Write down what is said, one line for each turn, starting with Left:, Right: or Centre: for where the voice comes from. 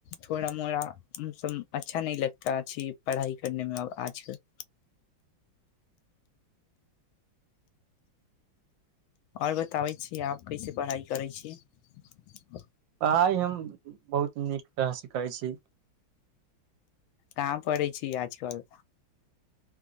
Left: थोड़ा मोड़ा हमसभ अच्छा नहि लगता छी पढ़ाइ करनेमेब आजकल आओर बताबै छीयै आब कैसे पढ़ाइ करै छियै
Right: पढ़ाइ हम बहुत नीक तरह स करैछी
Left: कहाँ पढ़ै छी आजकल